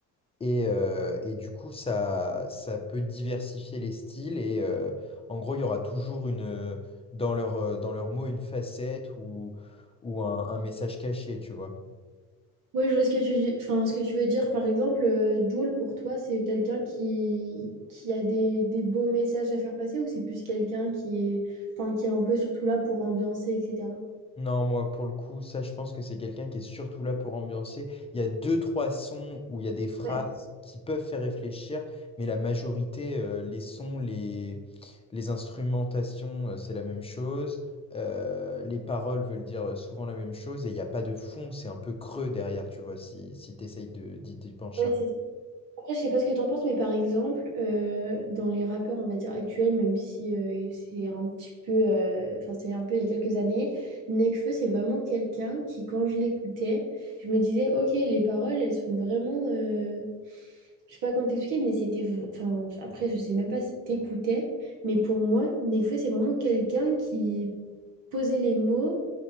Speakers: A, on the left (about 20°); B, on the right (about 80°).
A: et, euh, et du coup, ça, ça peut diversifier les styles, et euh, en gros, il y aura toujours une, dans leur, euh, dans leurs mots une facette ou, ou un, un message caché, tu vois.
B: Oui, je vois ce que tu dis. Enfin, ce que tu veux dire, par exemple, euh, Jul, pour toi, c'est quelqu'un qui, qui a des, des beaux messages à faire passer ou c'est plus quelqu'un qui est, enfin, qui est un peu surtout là pour ambiancer, etc.
A: Non, moi, pour le coup, ça, je pense que c'est quelqu'un qui est surtout là pour ambiancer. Il y a deux, trois sons où il y a des phrases
B: Ouais,
A: qui peuvent faire réfléchir, mais la majorité, euh, les sons, les, les instrumentations, euh, c'est la même chose. Euh, les paroles veulent dire euh, souvent la même chose et il n'y a pas de fond, c'est un peu creux derrière, tu vois, si, si tu essayes de, d'y d'y pencher
B: ouais,
A: un
B: c'est Après, je sais pas ce que t'en penses, mais par exemple, euh, dans les rappeurs, on va dire actuels, même si euh, c'est un petit peu, euh, enfin, c'est un peu il y a quelques années, Nekfeu, c'est vraiment quelqu'un qui, quand je l'écoutais, je me disais, ok, les paroles, elles sont vraiment, euh, je sais pas comment t'expliquer, mais c'était, v- enfin, après, je sais même pas si t'écoutais, mais pour moi, Nekfeu, c'est vraiment quelqu'un qui posait les mots